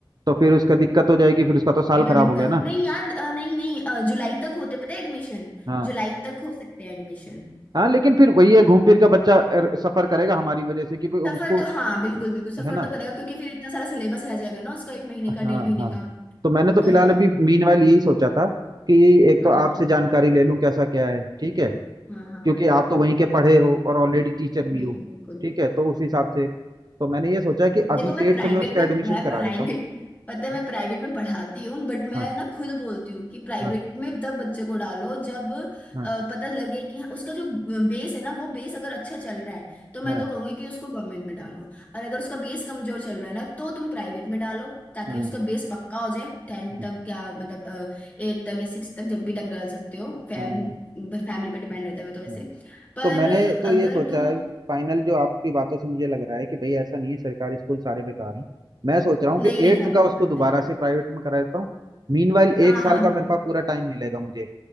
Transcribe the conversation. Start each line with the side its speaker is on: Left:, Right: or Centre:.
Right: तो फिर उसका दिक्कत हो जाएगी फिर उसका तो साल
Left: ये
Right: खराब
Left: तो दिक्कत
Right: हो गया ना
Left: नहीं यार अ, नहीं नहीं अ, जुलाई तक होते पता है एडमिशन
Right: हाँ
Left: जुलाई तक हो सकते हैं एडमिशन
Right: हाँ लेकिन फिर वही है घूम फिर के बच्चा अर, सफर करेगा हमारी वजह से कि भाई
Left: सफर
Right: अब उसको
Left: तो हाँ बिल्कुल बिल्कुल सफर
Right: है ना
Left: तो करेगा क्योंकि फिर इतना सारा सिलेबस रह जाएगा ना उसका एक महीने
Right: हाँ
Left: का डेढ़ महीने
Right: हाँ
Left: का
Right: तो मैंने
Left: वो
Right: तो
Left: तो
Right: फिलहाल
Left: है
Right: अभी मीनवाइल यही सोचा था कि एक
Left: हाँ
Right: तो
Left: हाँ
Right: आपसे जानकारी ले लूं कैसा क्या है ठीक है
Left: हाँ हाँ हाँ
Right: क्योंकि
Left: हाँ हाँ,
Right: आप
Left: हाँ,
Right: तो वहीं के पढ़े हो और ऑलरेडी टीचर भी
Left: बिल्कुल
Right: हो
Left: बिल्कुल
Right: ठीक है तो उस हिसाब से तो मैंने ये सोचा कि अभी
Left: देखो मैं
Right: एट्थ
Left: प्राइवेट
Right: में उसका
Left: में
Right: एडमिशन
Left: मैं
Right: करा
Left: प्राइवेट
Right: देता हूँ
Left: पता है
Right: हाँ
Left: मैं प्राइवेट में पढ़ाती हूँ बट मैं
Right: हाँ
Left: ना खुद बोलती हूँ कि प्राइवेट
Right: हाँ
Left: में तब बच्चे को डालो जब अ,
Right: हाँ
Left: पता लगे कि हाँ, उसका जो बेस है ना वो बेस अगर अच्छा चल रहा है तो मैं
Right: हाँ
Left: तो कहूंगी कि उसको गवर्नमेंट में डालो और अगर उसका बेस कमजोर चल रहा है ना तो तुम प्राइवेट में डालो ताकि
Right: हाँ
Left: उसका बेस पक्का हो जाए टेंथ
Right: हाँ,
Left: तक या मतलब एट तक या सिक्स तक जब भी तक डाल सकते हो फैम,
Right: हाँ,
Left: फैमिली पे डिपेंड रहता है वो तो वैसे
Right: हाँ।
Left: पर
Right: तो मैंने तो ये
Left: अगर
Right: सोचा
Left: तुम
Right: है फाइनल जो आपकी बातों से मुझे लग रहा है कि भाई ऐसा नहीं है सरकारी स्कूल सारे बेकार हैं मैं सोच रहा हूँ
Left: नहीं
Right: कि
Left: है
Right: एट्थ
Left: सारी
Right: का
Left: बात
Right: उसको दोबारा
Left: सही बात
Right: से प्राइवेट में करा देता हूँ मीनवाइल
Left: हाँ
Right: एक साल
Left: हाँ
Right: का
Left: हाँ
Right: मेरे पास पूरा टाइम मिलेगा मुझे